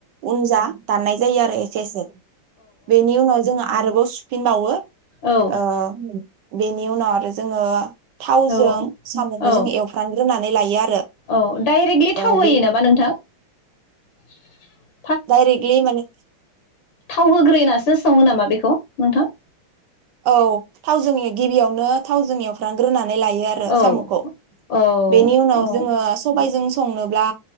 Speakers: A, on the right; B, on the left.
A: उनजा दाननाय जायो आरो एसे एसे बेनि उनाव जोङो आरोबाव सु फिनबावो
B: औ
A: ओ बेनि उनाव आरो जोङो थावजों
B: औ
A: साम'खौ
B: औ
A: जों एवफ्रामग्रोनानै लायो आरो
B: औ डाइरेक्टलि थाव
A: ओ
B: होयो
A: बे
B: नामा नोंथां? <unintelligible>
A: दायरेगलि माने?
B: थाव होग्रोनसो सङो नामा बेखौ नोंथां?
A: औ थाव जो गिबियावनो थावजों एवफ्राम ग्रोना नै लायो आरो
B: औ
A: सामखौ
B: औ
A: बेनि उनाव
B: औ
A: जोङो सबायजों । संनोब्ला